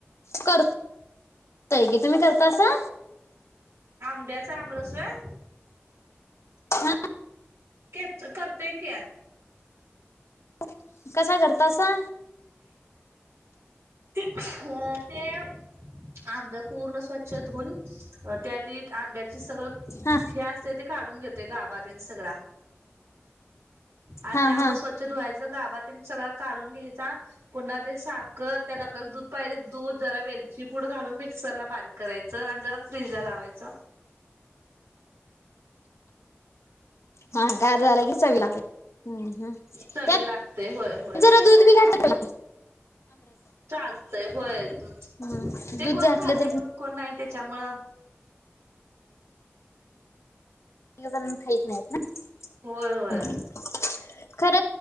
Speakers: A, on the left (about 85°); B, on the right (about 75°).
A: का तर तय की तुम्ही करता सा
B: आंब्याचा आमरस होय.
A: हा
B: केत करतोय की आ
A: ह <unintelligible> कसा करता सा
B: <unintelligible> आंबे पूर्ण स्वच्छ धूऊन त्या आधी आंब्याचे सगळं
A: हा
B: हेे असते ते काढून घेत. ते गाबा ते सगळा आधी
A: हा
B: आंब
A: हा
B: स्वच्छ धुवायचं <unintelligible> पातेलीत सगळा काढून घ्यायचा पुन्हा ते साखर त्यात आपल्याला दूध पाहिजे तर दूध जरा, वेलची पूड घालून मिक्सर ला बारीक करायच आणि जरा फ्रीज ला लावायच.
A: हा गार झालं की चवी लागते, <unintelligible>
B: चवीला
A: त्यात
B: लागतंय होय होय.
A: जरा दूध भी घालते बोला
B: चालतंय होय दूध
A: हम्म
B: ते
A: दूध
B: कोण
A: घातलं
B: खातय
A: तरी
B: दूध कोण नाही. त्याच्यामुळं
A: काहीजण खाईत नाही ना,
B: होय होय
A: खर